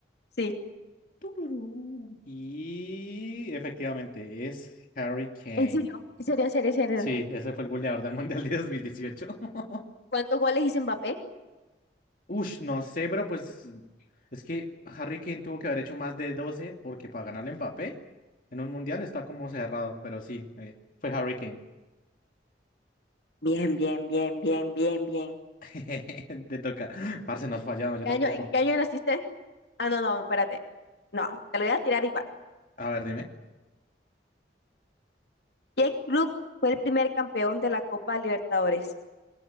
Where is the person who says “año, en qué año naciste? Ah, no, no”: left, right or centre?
Left